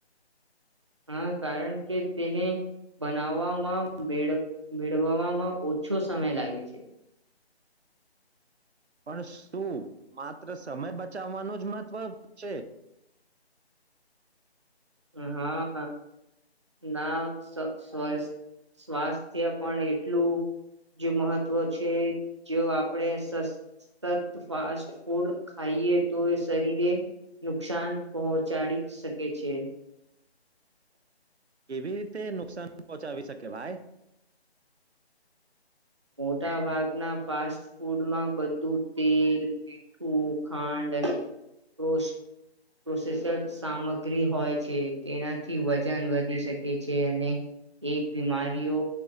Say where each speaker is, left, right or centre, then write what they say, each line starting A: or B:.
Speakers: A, on the right (about 25°); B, on the right (about 75°).
A: હા કારણ કે તેને બનાવવામાં, મેળ મેળવવામાં ઓછો સમય લાગે છે.
B: પણ શું માત્ર સમય બચાવવાનું જ મહત્વ છે.
A: અહા ના સ્ સ સ્વાસ્થ્ય પણ એટલું જ મહત્વ છે. જો આપણે સસતત ફાસ્ટફૂડ ખાઈએ તો એ શરીરે નુકસાન પહોંચાડી શકે છે.
B: કેવી રીતે નુકસાન પહોચાવી શકે ભાઈ?
A: મોટા ભાગના ફાસ્ટફૂડમાં બધું તેલ, મીઠું, ખાંડ અને પ્રોસ પ્રોસેસડ સામગ્રી હોય છે. તેનાથી વજન વધી શકે છે. અને એક બીમારીઓ,